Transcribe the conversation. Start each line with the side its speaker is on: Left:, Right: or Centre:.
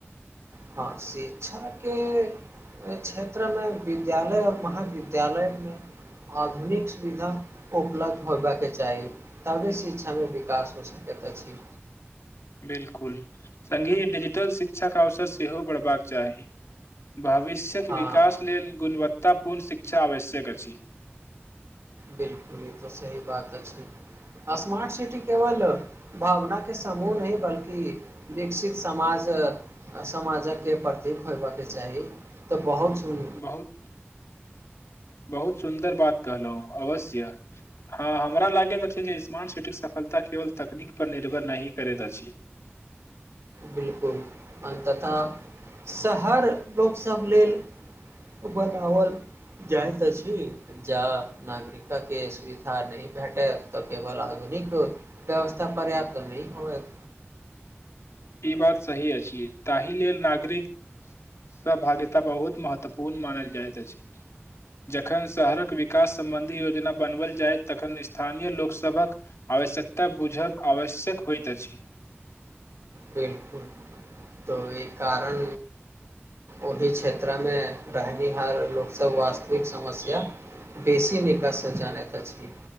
Right: हँ शिक्षा के क्षेत्र मे विद्यालय और महाविद्यालय मे आधुनिक सुविधा उपलब्ध होयबाके चाही तबे शिक्षामे विकास हो सकै कतअ छी
Left: <inaudible> बिलकुल संगहि डिजिटल शिक्षा क अवसर सेहो बढ़बाक चाही भविष्यक
Right: हँ
Left: विकास लेल गुणवत्तापूर्ण शिक्षा आवश्यक अछि
Right: बिलकुल ई त सही बात अछि स्मार्ट सिटी केवल भावना के समूह नहि बल्कि विकसित समाज समाज के प्रतीक होयबाके चाही चाही तऽ बहुत सुन
Left: बहुत बहुत सुन्दर बात कहलहुँ अवश्य हं हमरा लागैत अछि जे स्मार्ट सिटीक सफलता केवल तकनीक पर निर्भर नहीं करैत अछि।
Right: बिलकुल अन्ततः शहर लोकसभ लेल बनाओल। जाइत अछि जा नागरिक के सुविधा नहि भेटत तऽ केवल आग निक व्यवस्था पर्याप्त नहि होयेत
Left: ई बात सही अछि ताहि लेल नागरिक सहभागितता बहुत महत्वपूर्ण मानल जाइत अछि जखन शहरक विकास सम्बन्धी योजना बनवल जाय तखन स्थानीय लोकसभक आ आवश्यकता बुझब आवश्यक होइत अछि
Right: बिलकुल त ई कारण ओहि क्षेत्र में रहनिहार लोक सब वास्तविक समस्या बेसी निकसँ जानैत अछि